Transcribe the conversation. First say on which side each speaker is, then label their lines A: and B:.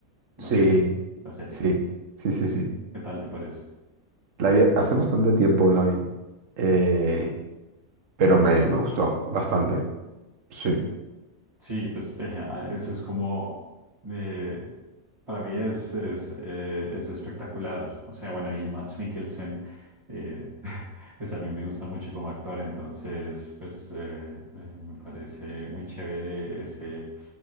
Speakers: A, on the right; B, on the right.
A: La
B: Sí,
A: serie, la serie.
B: sí, sí, sí, sí.
A: ¿Qué tal te parece?
B: La vi hace bastante tiempo la vi, eh, pero me, me gustó bastante. Sí.
A: Sí, pues eh, a- eso es como, eh, para mí es, es, eh, es espectacular. O sea, bueno, y Mads Mikkelsen, eh, <laughs> pues a mí me gusta mucho como actor, entonces, pues eh, eh, me parece muy chévere ese,